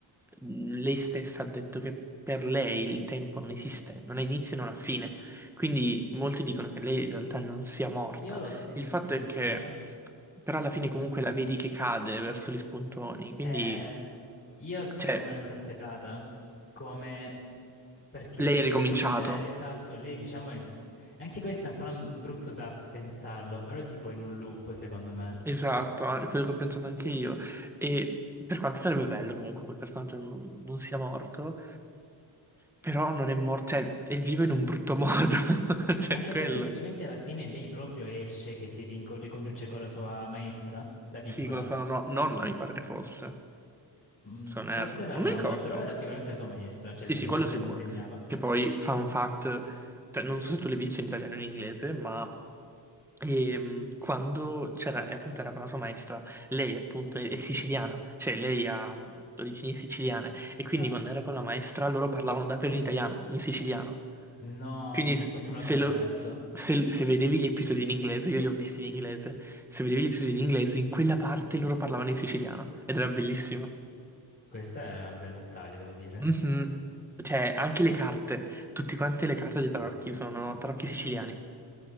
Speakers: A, in the centre; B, on the left.
A: lei stessa ha detto che per lei il tempo non esiste, non ha inizio e non ha fine. Quindi molti dicono che lei in realtà non sia morta.
B: Io l'ho sentita,
A: Il fatto è che, però alla fine
B: ma
A: comunque la vedi che cade verso gli spuntoni, quindi,
B: Eh, io sai
A: cioè,
B: come l'ho interpretata? Come perché
A: lei
B: con
A: ha ricominciato.
B: il suo potere, esatto, lei diciamo è- anche questo è un po' una- brutto da pensarlo, però è tipo in un loop, secondo me.
A: Esatto, è quello che ho pensato anche io. E per quanto sarebbe bello comunque quel personaggio non, non sia morto, però non è morto, cioè, è vivo in un brutto modo. <laughs>
B: Sì,
A: Cioè,
B: anche
A: quello.
B: perché se ci pensi alla fine lei proprio esce che si rinco- ricongiunge con la sua maestra da piccola.
A: Sì, con la sua no- nonna mi pare che fosse.
B: Mm,
A: Son
B: forse
A: Air,
B: era
A: non
B: la nonna,
A: mi ricordo.
B: però era sicuramente la sua maestra, cioè
A: Sì,
B: l'inse-
A: sì, quello
B: come se
A: sicuro.
B: le insegnava.
A: Che poi, fun fact, cioè, non so se tu l'hai visto in italiano o in inglese, ma ehm, quando c'era, e appunto era con la sua maestra, lei appunto è, è siciliana, cioè lei ha mm, origini siciliane, e quindi
B: Ah,
A: quando era con la maestra loro parlavano davvero in italiano, in siciliano.
B: no,
A: Quindi
B: no,
A: s-
B: questo me la
A: se,
B: son
A: lo-
B: perso.
A: se- se vedevi gli episodi in inglese, io li ho visti in inglese, se vedevi gli episodi in inglese, in quella parte loro parlavano in siciliano, ed era bellissimo.
B: Questo è un bel dettaglio, devo dire.
A: Mhm. Cioè, anche le carte, tutte quante le carte di tarocchi sono tarocchi siciliani.